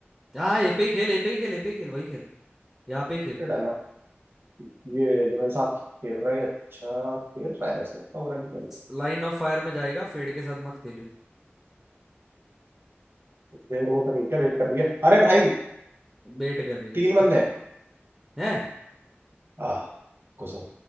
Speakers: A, in the centre; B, on the right (about 60°).
A: हाँ ए पे ही खेल ए पे ही खेल ए पे ही खेल वही खेल यहाँ पे ही खेल
B: ये डालना ये जो मेरे साथ खेल रहा है अच्छा खेल रहा है उसको इतना बुरा नहीं खेल रहा
A: लाइन ऑफ फायर में जाएगा फेड के साथ मत खेलियो
B: वेट वो कर रही है क्या वेट कर रही है अरे भाई
A: बेट कर रही है
B: तीन बंदे हैं
A: <laughs> हैं?
B: आ घुसो